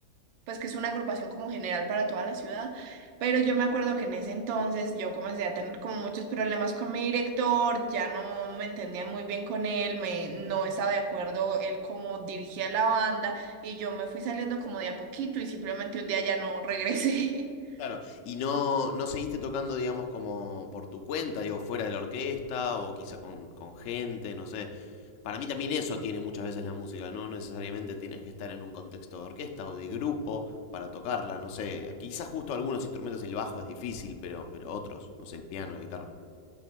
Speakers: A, on the right; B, on the left.
A: pues que es una agrupación como general para toda la ciudad, pero yo me acuerdo que en ese entonces yo comencé a tener como muchos problemas con mi director, ya no me entendía muy bien con él, me no estaba de acuerdo él cómo dirigía la banda y yo me fui saliendo como de a poquito y simplemente un día ya no regresé. <laughs>
B: Claro, y no, no seguiste tocando, digamos, como por tu cuenta, digo, fuera de la orquesta o quizá con, con gente, no sé. Para mí también eso tiene muchas veces la música, no necesariamente tienes que estar en un contexto de orquesta o de grupo para tocarla, no sé. Quizás justo algunos instrumentos, el bajo es difícil, pero, pero otros, no sé, el piano, la guitarra.